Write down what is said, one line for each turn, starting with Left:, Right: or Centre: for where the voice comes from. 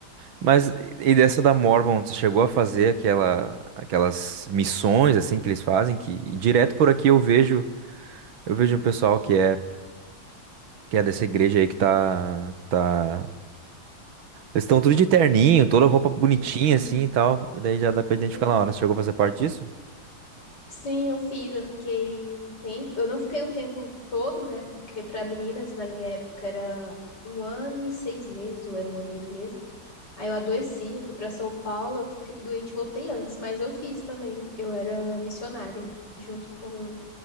Right: Mas e dessa da Mormon, tu chegou a fazer aquela, aquelas missões assim que eles fazem, que e direto por aqui eu vejo, eu vejo um pessoal que é que é dessa igreja aí que tá tá eles estão tudo de terninho, toda roupa bonitinha
Left: <laughs>
Right: assim e tal. Daí já dá pra identificar
Left: Sim.
Right: na hora. Você chegou a fazer parte disso?
Left: Sim, eu fiz, eu fiquei um tempo. Eu não fiquei o tempo todo, né? Porque para meninas, na minha época, era um ano e seis meses, ou era um ano e oito meses. Aí eu adoeci, eu fui pra São Paulo, eu fiquei doente, e voltei antes, mas eu fiz também. Eu era missionária, junto com,